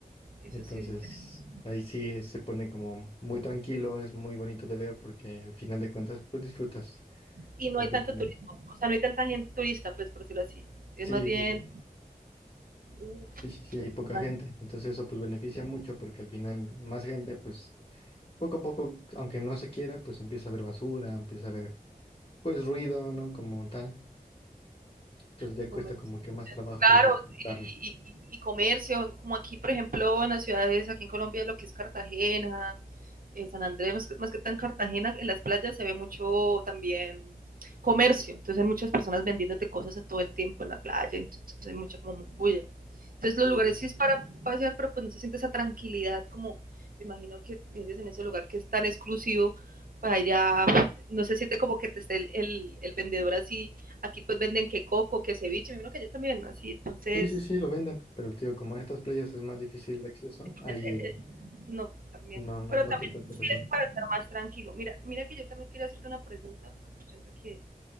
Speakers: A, on the right; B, on the left.
A: eso
B: entonces,
A: sí es interesante.
B: ahí sí es- se pone como muy tranquilo, es muy bonito de ver porque al final de cuentas, pues disfrutas
A: Y no
B: completamente.
A: hay tanto turismo, o sea, no hay tanta gente turista, pues por decirlo así.
B: Sí,
A: Es más bien,
B: sí, sí.
A: uf,
B: Sí, sí, sí, hay poca
A: no me
B: gente. Entonces eso pues beneficia mucho porque al final más gente, pues poco a poco, aunque no se quiera, pues empieza a ver basura, empieza a ver pues ruido, ¿no? Como tal. Entonces ya
A: no
B: cuesta
A: me gusta.
B: como que más trabajo
A: Claro,
B: disfrutarlo.
A: y, y, y, y comercio, como aquí, por ejemplo, en las ciudades, aquí en Colombia, lo que es Cartagena, eh, San Andrés, más que, más que tan Cartagena, en las playas se ve mucho también comercio, entonces hay muchas personas vendiéndote cosas en todo el tiempo en la playa, entonces hay mucha como bulla. Entonces los
B: Sí,
A: lugares
B: sí,
A: sí
B: sí.
A: es para pasear, pero pues no se siente esa tranquilidad como me imagino que dices en ese lugar que es tan exclusivo, para allá no se siente como que te esté el, el, el vendedor así, aquí pues venden que coco, que ceviche, me imagino que allá también, ¿no? así, entonces,
B: Sí, sí, sí, lo venden, pero tío, como en estas playas es más difícil el acceso, ahí
A: es- es- no, también,
B: no, no,
A: pero
B: no
A: también
B: te encuentras
A: sí
B: así.
A: es para estar más tranquilo. Mira, mira que yo también quería hacerte una pregunta, aprovechando que,